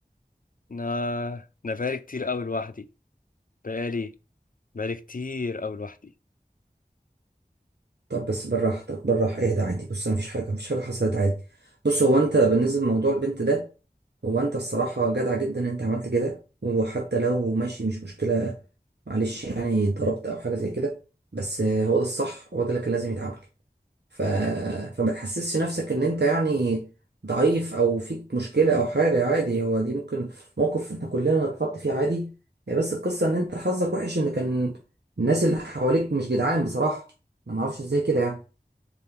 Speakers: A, on the left (about 55°); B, on the right (about 85°).
A: انا انا بقالي كتير قوي لوحدي بقالي بقالي كتير قوي لوحدي
B: طب بس بالراحه طب بالراحه ايه ده عادي بص مفيش حاجه مفيش حاجه حصلت عادي بص هو انت بالنسبه لموضوع البنت ده هو انت الصراحه جدع جدا ان انت عملت كده وحتى لو ماشي مش مشكله معلش يعني ضربت او حاجه زي كده بس هو ده الصح هو ده اللي كان لازم يتعمل ف... فما تحسسش نفسك ان انت يعني ضعيف او فيك مشكلة او حاجة عادي هو دي ممكن موقف احنا كلنا نتحط فيه عادي هي بس القصة ان انت حظك وحش ان كان الناس اللي حواليك مش جدعان بصراحة انا معرفش ازاي كده يعني